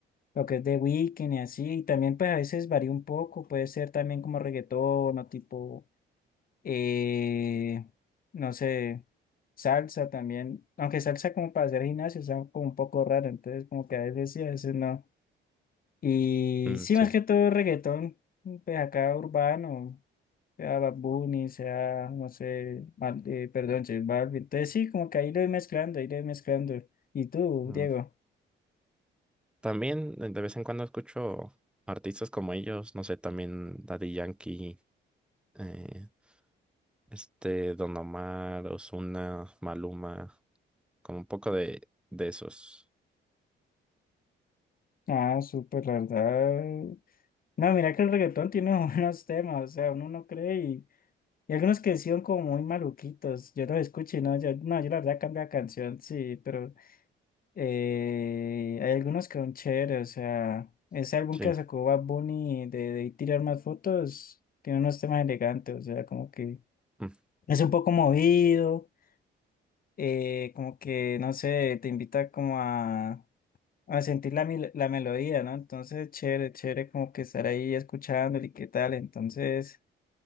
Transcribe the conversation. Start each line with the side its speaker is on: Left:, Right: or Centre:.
Left: lo que es de weekend y así. Y también pues a veces varía un poco, puede ser también como reggaetón o tipo eh, no sé, salsa también, aunque salsa como para hacer gimnasio, está como un poco raro, entonces como que a veces sí, a veces no. Y
Centre: mm,
Left: sí,
Centre: sí.
Left: más que todo reggaetón, pues acá urbano, sea Bad Bunny, sea, no sé, Mal- eh, perdón, J Balvin, entonces sí, como que ahí lo voy mezclando, ahí lo voy mezclando. ¿Y tú,
Centre: Mm.
Left: Diego?
Centre: También de de vez en cuando escucho artistas como ellos, no sé, también Daddy Yankee, eh, este Don Omar, Ozuna, Maluma, como un poco de, de esos.
Left: Ah, súper, la verdad. No, mira que el reggaetón tiene <laughs> buenos temas, o sea, uno no cree Y algunos que sí son como muy maluquitos. Yo los escuché, no, yo, no, yo la verdad cambié la canción, sí, pero eh, hay algunos que son chéveres. O sea, ese álbum
Centre: Sí.
Left: que sacó Bad Bunny de, de tirar más fotos tiene unos temas elegantes. O sea, como que
Centre: Mm.
Left: es un poco movido, eh, como que, no sé, te invita como a, a sentir la, mil- la melodía, ¿no? Entonces, chévere, chévere como que estar ahí escuchándole y qué tal. Entonces.